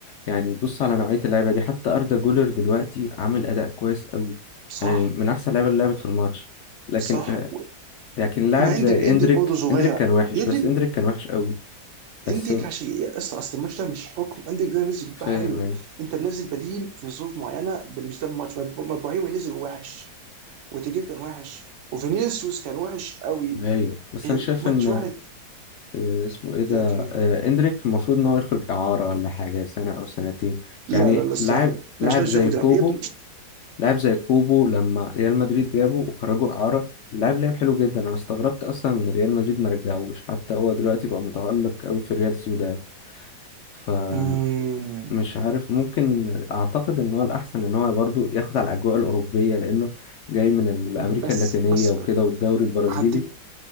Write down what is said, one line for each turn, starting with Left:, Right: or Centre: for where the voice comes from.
Left: يعني يبص على نوعية اللعيبة دي حتى أردا جولر دلوقتي عامل أداء كويس قوي
Right: صح
Left: يعني من أحسن اللعيبة اللي لعبت في الماتش لكن
Right: صح
Left: آه، لكن لاعب
Right: ما عندك
Left: زي
Right: عندك
Left: اندريك
Right: برضه صغير
Left: اندريك كان وحش
Right: يا ابني
Left: بس اندريك كان وحش قوي بس
Right: عندك عشان يا اسطى اصل الماتش ده مش حكم عندك ده نزل بيبقى
Left: فاهم
Right: حلو
Left: ايوه
Right: انت منزل بديل في ظروف معينه ده مش ده الماتش ما ما ابراهيم نزل وحش وتجيب كان وحش وفينيسيوس كان وحش قوي
Left: ايوه بس
Right: إيه
Left: انا شايف
Right: ماتش
Left: ان
Right: واحد
Left: آه، اسمه ايه ده
Right: في في
Left: آه، اندريك المفروض ان هو يخرج اعاره ولا حاجه سنه او سنتين
Right: لا
Left: يعني
Right: لا لا الصراحه
Left: لاعب
Right: انا
Left: لاعب
Right: مش عايز
Left: زي
Right: ياخد
Left: كوبو
Right: يا ابني
Left: لاعب زي كوبو لما ريال مدريد جابه وخرجوا اعاره اللاعب لعب حلو جدا انا استغربت اصلا ان ريال مدريد ما رجعوش حتى هو دلوقتي بقى متألق قوي في ريال سوسيداد فمش
Right: أمم.
Left: عارف ممكن اعتقد ان هو الاحسن ان هو برضو ياخد على الاجواء الاوروبيه لانه جاي من الامريكا
Right: بس
Left: اللاتينيه
Right: بس
Left: وكده والدوري البرازيلي
Right: هديك